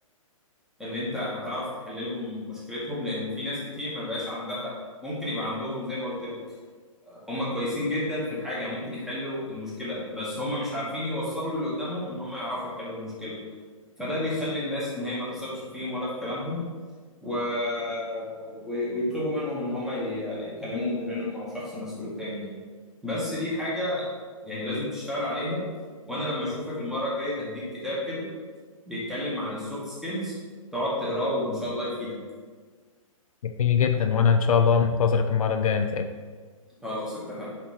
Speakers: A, in the centre; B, on the left.
A: ان انت هتعرف تحل لهم مشكلتهم لان في ناس كتير ما بقاش عندها ممكن يبقى عندهم زي ما قلت لك هم كويسين جدا في الحاجه ممكن يحلوا المشكله بس هم مش عارفين يوصلوا للي قدامهم ان هم يعرفوا يحلوا المشكله فده بيخلي الناس ان هي ما تثقش فيهم ولا في كلامهم و... و- ويطلبوا منهم ان هم ي- يكلموا مديرينهم او شخص مسؤول تاني يعني بس دي حاجة يعني لازم تشتغل عليها وانا لما اشوفك المرة الجاية هديك كتاب كده بيتكلم عن السوفت سكيلز تقعد تقراه وان شاء الله يفيدك
B: جميل جدا وانا ان شاء الله منتظرك المره الجايه نتقابل
A: خلاص اتفقنا